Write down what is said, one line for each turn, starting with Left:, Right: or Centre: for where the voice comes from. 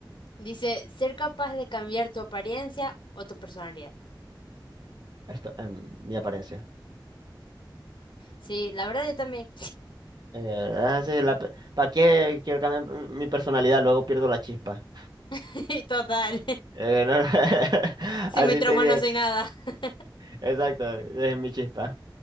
Left: Dice, ser capaz de cambiar tu apariencia o tu personalidad.
Right: Esto, em, mi apariencia.
Left: Sí, la verdad yo también.
Right: Eh, ah, sí, la pe- ¿para qué quiero cambiar mi personalidad? Luego pierdo la chispa.
Left: <laughs> Total.
Right: Eh, no, no, <laughs>
Left: Sin
Right: Así
Left: mis trauma
Right: te bien,
Left: no soy nada. <laughs>
Right: exacto, es mi chispa.